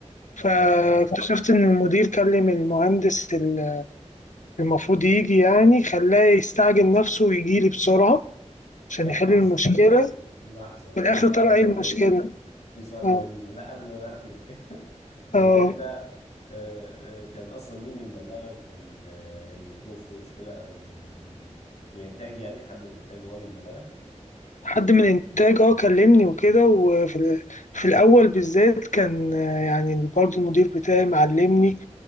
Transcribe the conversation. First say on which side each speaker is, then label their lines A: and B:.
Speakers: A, on the left; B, on the left.
A: فاكتشفت
B: اه
A: إن المدير كلم المهندس اللي المفروض يجي يعني خلاه يستعجل نفسه ويجيلي بسرعة عشان
B: طب
A: يحل
B: لحظة
A: المشكلة
B: لحظة معلش
A: في الآخر طلع
B: عشان
A: إيه
B: برضو
A: المشكلة؟
B: ايه في سؤال مهم
A: آه
B: لا قبل ما نعرف المشكلة <laughs> انت
A: آه
B: كده آه، آه، كان اصلا مين اللي مبلغك بان آه، الموتور فيه مشكلة او ب- الانتاج يعني حد من الانتاج هو اللي مبلغك
A: حد من انتاج اه كلمني وكده
B: مم.
A: وفي ال- في الاول بالذات كان آه، يعني برضه المدير بتاعي معلمني